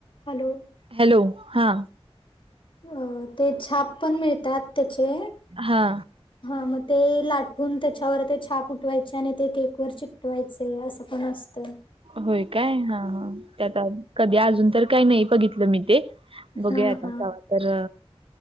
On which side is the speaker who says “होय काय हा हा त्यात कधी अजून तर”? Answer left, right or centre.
Right